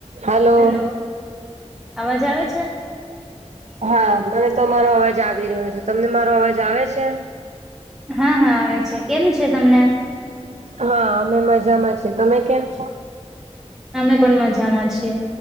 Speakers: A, on the right (about 75°); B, in the centre.
A: હલો.
B: Hello અવાજ આવે છે?
A: હા, મને તમારો અવાજ આવી રહ્યો છે. તમને મારો અવાજ આવે છે?
B: હા હા આવે છે, કેમ છે તમને?
A: હા અમે મજામાં છે, તમે કેમ છો?
B: અમે પણ મજામાં છીએ.